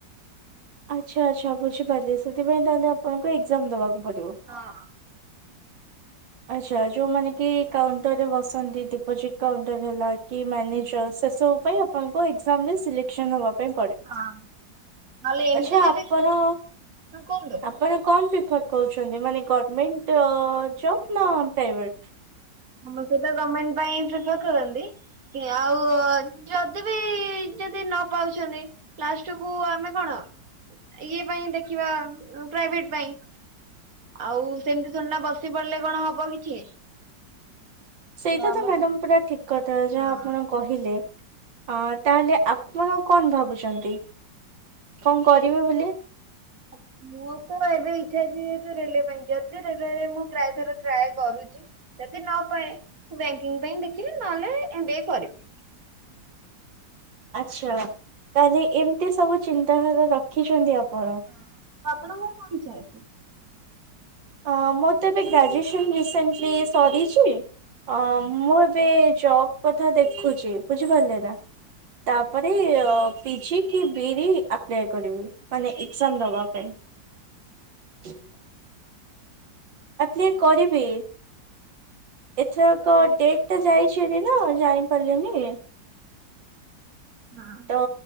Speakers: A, on the right (about 75°); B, on the right (about 50°).
A: ଆଚ୍ଛା ଆଚ୍ଛା। ବୁଝିପାରିଲି ସେଥିପାଇଁ ତାହେଲେ ଆପଣଙ୍କୁ ଏକ୍ଜାମ ଦେବାକୁ ପଡିବ।
B: ହଁ।
A: ଆଚ୍ଛା ଯୋଉମାନେ କି କାଉଣ୍ଟର ରେ ବସନ୍ତି। ଡିପୋଜିଟ୍ କାଉଣ୍ଟର ହେଲା, କି ମ୍ୟାନେଜର, ସେ ସବୁ ପାଇଁ ଆପଣଙ୍କ ଏକ୍ଜାମ ରେ ସିଲେକ୍ସନ ହବା ପାଇଁ ପଡିବ।
B: ହଁ। ନହେଲେ ଏମିତି
A: ଆଚ୍ଛା ଆପଣ,
B: ଯଦି ହଁ କୁହନ୍ତୁ
A: ଆପଣ କଣ ପିପର କହୁଛନ୍ତି? ମାନେ ଗଭର୍ମେଣ୍ଟ ଜବ୍ ନା ପ୍ରାଇଭେଟ?
B: ସମସ୍ତେ ତ ଗମେଣ୍ଟ ପାଇଁ ପ୍ରିପାୟାର କରନ୍ତି ଆଉ ଯଦି ବି ଯଦି ନ ପାଉଛନ୍ତି ଲାଷ୍ଟ କୁ ଆମେ କଣ, ଇଏ ପାଇଁ ଦେଖିବା ପ୍ରାଇଭେଟ ପାଇଁ। ଆଉ ସେମିତି ତୋଡ଼ି ନା ବସି ପଡିଲେ କଣ ହବ କିଛି।
A: ସେଇଟା
B: ଆମକୁ
A: ତ ମ୍ୟାଡାମ ପୁରା ଠିକ୍ କଥା। ଯାହା
B: ହଁ।
A: ଆପଣ କହିଲେ। ଅ ତାହେଲେ ଆପଣ କଣ ଭାବୁଛନ୍ତି? କଣ କରିବେ ବୋଲି?
B: ଆ ମୋରତ ଏବେ ଇଚ୍ଛା ଅଛି ରେଲୱେ ପାଇଁ, ଯଦି ରେୱରେ ମୁଁ ପ୍ରାୟଥର ଟ୍ରାଏ କରୁଛି ଯଦି ନପାଏ। ବ୍ୟାଙ୍କିଙ୍ଗ ପାଇଁ ଦେଖିବି। ନହେଲେ ଏମ୍ ବି ଏ କରିବି।
A: ଆଚ୍ଛା। ତାହେଲେ ଏମିତି ସବୁ ଚିନ୍ତାଧାରା ରଖିଛନ୍ତି ଆପଣ?
B: ହୁଁ। ଆପଣଙ୍କର କଣ ଇଛା ଅଛି?
A: ଅଁ ମୋର ତ ଏବେ ଗ୍ରାଜୁଏସନ୍ ରିସେଣ୍ଟଲି ସରିଚି ଅ ମୁଁ ଏବେ ଜବ କଥା ଦେଖୁଛି। ବୁଝିପାରିଲେ ନା। ତାପରେ ପିଜି କି ବି ରି ଆପ୍ଲାଏ କରିବି। ମାନେ ଏକ୍ଜାମ ଦବା ପାଇଁ। ଆପ୍ଲାଏ କରିବି। ଏଥରକ ଡେଟ ଟା ଯାଇଛି ନା ଜାଣି ପାରିଲିନି।
B: ନାଁ।
A: ଅ